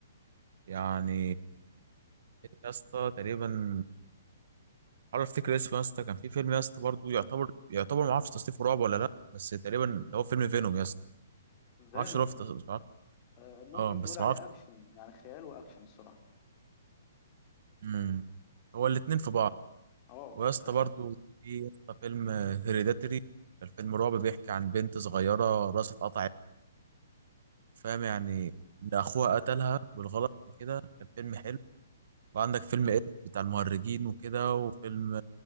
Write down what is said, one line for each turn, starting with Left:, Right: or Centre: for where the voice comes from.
Right: يعني يا اسطى تقريبا حاول افتكر اسمه يا اسطى كان في فيلم يا اسطى برضه يعتبر يعتبر ما اعرفش تصنيفه رعب ولا لا بس تقريبا ده هو فيلم فينوم يا اسطى
Left: فينوم
Right: ما اعرفش هو في تص- مش عارف
Left: أه ممكن
Right: اه بس
Left: تقول عليه
Right: ما اعرفش
Left: اكشن يعني خيال واكشن الصراحه
Right: مم. هو الاثنين في بعض
Left: اه
Right: ويا اسطى
Left: خ-
Right: برضه في يا اسطى فيلم هيريداتري الفيلم رعب بيحكي عن بنت صغيرة راسها اتقطعت وفاهم يعني إن أخوها قتلها بالغلط وكده كان فيلم حلو وعندك فيلم إد بتاع المهرجين وكده وفيلم